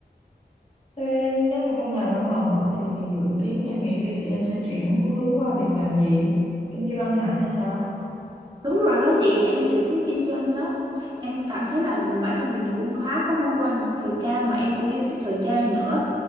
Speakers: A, on the left; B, on the right.
A: Thế nếu mà không làm văn phòng nữa thì dự kiến em nghỉ việc thì em sẽ chuyển hướng qua việc làm gì? Kinh doanh hả hay sao?
B: Đúng rồi đó chị, em dự tính kinh doanh đó. Em cảm thấy là bản thân mình cũng khá có gu ăn mặc thời trang mà em cũng yêu thích thời trang nữa.